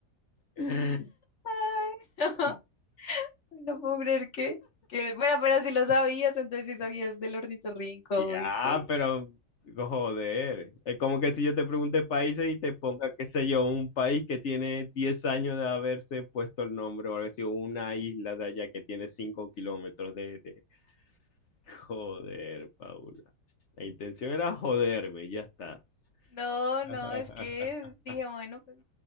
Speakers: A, on the left; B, on the left.
A: mía.
B: Ay, <laughs> no,
A: <laughs>
B: no puedo creer que, que, bueno, pero si lo sabías, entonces sí sabías del ornitorrinco,
A: Ya,
B: ¿viste?
A: pero joder, es como que si yo te pregunte países y te ponga, qué sé yo, un país que tiene 10 años de haberse puesto el nombre, o algo así, o una isla de allá que tiene 5 kilómetros de, de- Joder, Paula. La intención era joderme, ya está.
B: No,
A: <laughs>
B: no, es que dije, bueno, pues